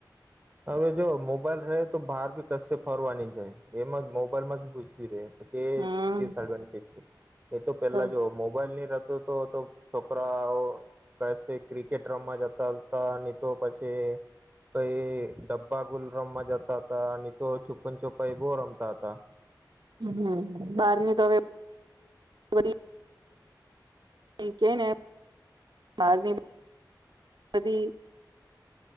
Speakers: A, on the right; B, on the right.
A: હવે જો મોબાઈલ રહે તો બહાર ભી કશે ફરવા ની જાય, એમાં મોબાઈલમાં જ ઘુસી રહે. એ
B: હમ
A: ડિસએડવાન્ટેજ છે. એ તો પેલા
B: હમ
A: જો મોબાઈલ ની તો તો તો, છોકરાઓ કસે ક્રિકેટ રમવા જતા હતા, ની તો પછી કઈ ડ બાગુલ રમવા જતા હતા, અને તો છુપ્પન છુપ્પાઈ બો રમતા હતા.
B: હમ, બહાર ની તો હવે બધી. એ કેને બારવી. પતિ.